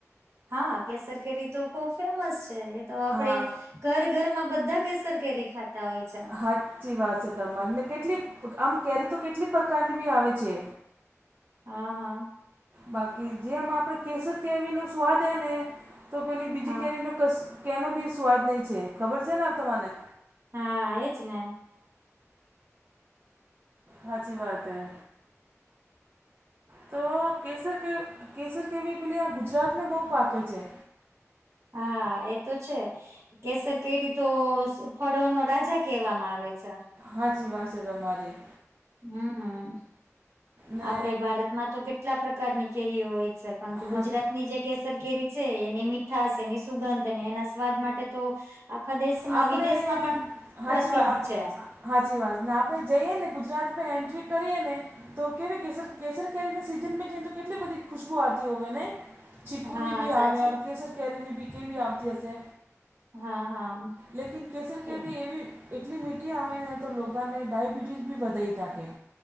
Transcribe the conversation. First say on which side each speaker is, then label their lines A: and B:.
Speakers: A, on the right (about 60°); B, on the right (about 40°).
A: હા કેસર કેરી તો બોવ ફેમસ છે એ તો આપડે
B: હા
A: ઘર ઘર માં બધા કેસર કેરી ખાતા હોય છે.
B: હાચી વાત છે તમન કેટલી પ આમ કેરી તો કેટલી પ્રકારની બી આવે છે.
A: હા હા.
B: બાકી જેમ આ પણ કેસર કેરીનો સ્વાદ એને તો પેલી બીજી
A: હા
B: કેરીનું કશું કેનો બી સ્વાદ નહીં છે ખબર છે ને તમાને.
A: હા એજ ને.
B: હાચી વાત હૈ તો કેસર કે કેસર કેવી પેલી આ ગુજરાતને બહુ પાકે છે.
A: હા એ તો છે. કેસર કેરી તો ફઢો નો રાજા કેહેવામાં આવે છે.
B: હાચી વાત છે તમારી.
A: હમ
B: ને
A: આપડે ભારતમાં કેટલા પ્રકારની કેરીઓ હોય છે. પણ તો
B: હા
A: ગુજરાત ની જે કેસર કેરી છે એની મીઠાશ એની સુગંધ અને એના સ્વાદ માટે તો આખા દેશમાં
B: આપણે
A: વિદેશમાં પણ
B: હાચી
A: પ્રસિદ્ધ
B: વાત
A: છે.
B: હાચી વાત ને આપણે જઈએ ને ગુજરાતમાં એન્ટ્રી કરીએ ને તો કેવી કેસર કેસર કેરીને સીઝમાં જઈને તો કેટલી બધી ખુશ્બુ આતી હોવે નહીં. ચીકુની
A: હા
B: બી
A: સાચી
B: આવે ઓર કેસર કેરીની બી કેવી આવતી હશે.
A: હા, હા.
B: લેકિન કેસર કેવી
A: એ
B: એવી એટલી મીઠી આવે ને તો લોકોને ડાયબિટીઝ બી વધાઈ નાખે.